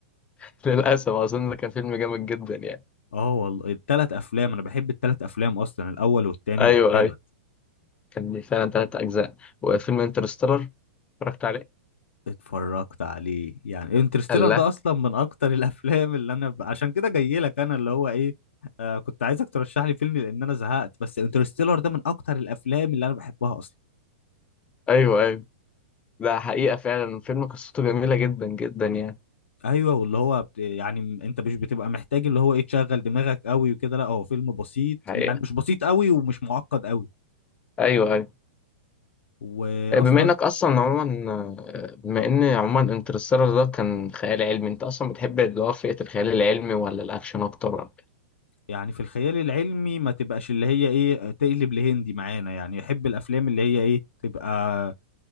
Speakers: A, on the left; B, on the left.
A: <laughs> للاسف اظن ده كان فيلم جامد جدا يعني
B: اه والله التلات افلام انا بحب التلات افلام اصلا الاول والتاني
A: ايوه
B: والتالت
A: ايوه كان ليه فعلا ثلاث اجزاء وفيلم انترستيلر اتفرجت عليه
B: اتفرجت عليه يعني انترستيلر
A: لا
B: ده اصلا من اكتر <laughs> الافلام اللي انا ب... عشان كده جاي لك انا اللي هو ايه آه كنت عايزك ترشح لي فيلم لان انا زهقت بس انترستيلر ده من اكتر الافلام اللي انا بحبها اصلا
A: ايوه ايوه ده حقيقه فعلا فيلم قصته جميله جدا جدا يعني
B: ايوه واللي هو بت... يعني م- انت مش بتبقى محتاج اللي هو ايه تشغل دماغك قوي وكده لا هو فيلم بسيط
A: حقيقة
B: يعني مش بسيط قوي ومش معقد قوي
A: أيوه أيوه
B: واصلا
A: آه، بما إنك أصلا عموما آه، بما إن عموما انترستيلر ده كان خيال علمي أنت أصلا بتحب اللي هو فئة الخيال العلمي ولا الأكشن أكتر ولا
B: يعني في الخيال العلمي ما تبقاش اللي هي ايه تقلب لهندي معانا يعني يحب الافلام اللي هي ايه تبقى